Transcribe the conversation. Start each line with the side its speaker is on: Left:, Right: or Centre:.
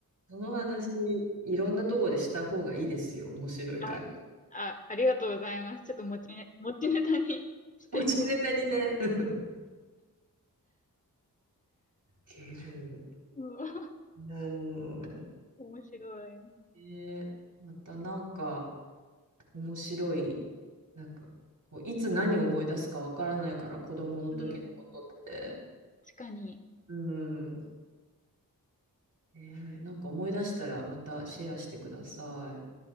Right: その話、いろんなとこでした方がいいですよ、面白いから。
Left: あ、あ、ありがとうございます。ちょっと持ちね、持ちネタに <laughs> していこう。
Right: 持ちネタにね。うん <laughs> いける。
Left: うん
Right: うん。
Left: 面白い。
Right: ねまたなんか面白い、なんかこういつ何を思い出すかわからないから子供の時のことって。
Left: うん。確かに。
Right: うん。ねなんか思い出したらまたシェアしてください。